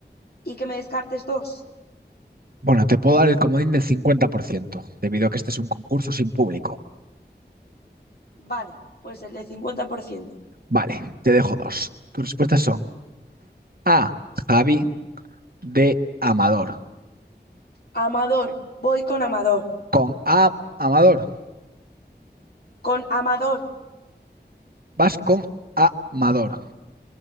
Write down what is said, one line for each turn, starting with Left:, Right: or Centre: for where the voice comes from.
Left: y que me descartes dos?
Right: Bueno, te puedo dar el comodín del 50%, debido a que este es un concurso sin público.
Left: Vale, pues el de 50%.
Right: Vale, te dejo dos. Tus respuestas son A, Javi, D, Amador.
Left: Amador, voy con Amador.
Right: Con A, Amador.
Left: Con Amador,
Right: Vas con A, Amador.